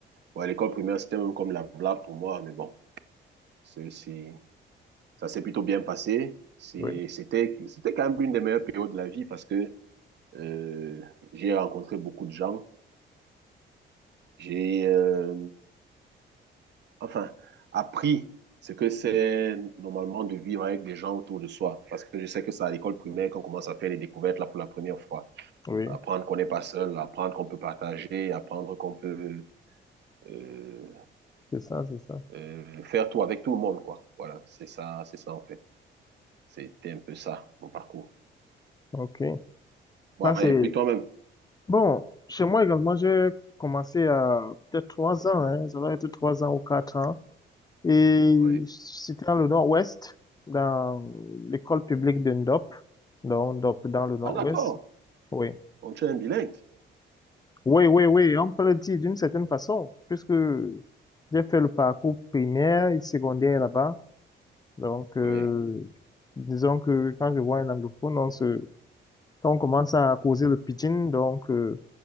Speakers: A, on the right; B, on the left.
A: Ouais, l'école primaire, c'était même comme la blague pour moi, mais bon, c'est, c'est- ça s'est plutôt bien passé. C'est-
B: Oui,
A: C'était, c'était quand même une des meilleures périodes de la vie parce que Euh, j'ai rencontré beaucoup de gens. J'ai, euh, enfin, appris ce que c'est normalement de vivre avec des gens autour de soi. Parce que je sais que c'est à l'école primaire qu'on commence à faire les découvertes là pour la première fois.
B: oui,
A: Apprendre qu'on n'est pas seul, apprendre qu'on peut partager, apprendre qu'on peut euh,
B: c'est ça, c'est ça.
A: euh, faire tout avec tout le monde, quoi. Voilà, c'est ça, c'est ça en fait. C'était un peu ça, mon parcours.
B: OK.
A: Bon,
B: Ça, c'est...
A: et puis toi-même.
B: Bon, chez moi également, j'ai commencé à peut-être trois ans, hein, ça doit être trois ans ou quatre ans. Et
A: Oui.
B: c'était dans le nord-ouest, dans l'école publique de Ndop, donc Ndop dans le nord-ouest.
A: Ah d'accord,
B: Oui.
A: on tu es un bilingue.
B: Oui, oui, oui, on peut le dire d'une certaine façon, puisque j'ai fait le parcours primaire et secondaire là-bas. Donc, euh,
A: Oui.
B: disons que quand je vois un anglophone, on se, quand on commence à causer le pidgin, donc, euh,